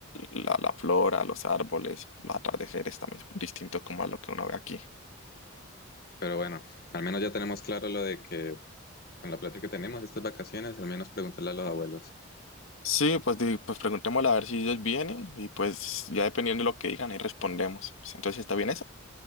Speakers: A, on the left; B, on the left.
A: la, la flora, los árboles, los atardeceres también son distintos como a lo que uno ve aquí.
B: Pero bueno. Al menos ya tenemos claro lo de que Con la plata que tenemos estas vacaciones, al menos preguntarle a los abuelos.
A: Sí, pues, di- pues preguntémosle a ver si ellos vienen y pues ya dependiendo de lo que digan ahí respondemos. Sí, Entonces, ¿está bien eso?